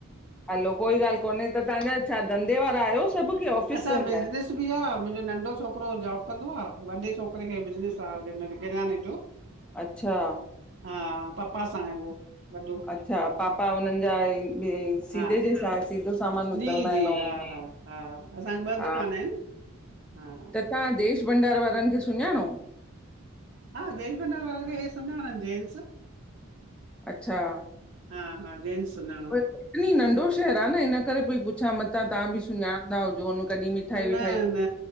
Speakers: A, in the centre; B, on the right (about 55°).
A: हलो कोई ॻाल्हि कोन्हे त तव्हांजा छा धे वारा आहियो सभु की ऑफिस
B: असां
A: वेंदा
B: बिज़नेस
A: आहिनि
B: मुंहिंजो नंढो छोकिरो जॉब कंदो आहे वॾे छोकिरे खे बि बिज़नस आहे किरयाने जो
A: अच्छा
B: हा पप्पा सां आहे उहो वॾो
A: अच्छा पापा उन्हनि जा ॿि सीधे
B: हा
A: जेस सीधो सामान विकिणंदा
B: जी
A: आहिनि
B: जी
A: ऐं
B: हा हा हा असांखे ॿ
A: हा
B: दुकान आहिनि हा
A: त तव्हां देश भंडार वारनि खे सुञाणो
B: हा देश भंडार वारनि खे हे सुञाणनि जेंट्स
A: अच्छा
B: हा हा जेन्ट्स सुञाणनि
A: तनी नंढो शहररु आहे न इन करे पई पुछां मतां तव्हां बि सुञाणंदा हुजो हुन कॾहिं मिठाई विठाई
B: न न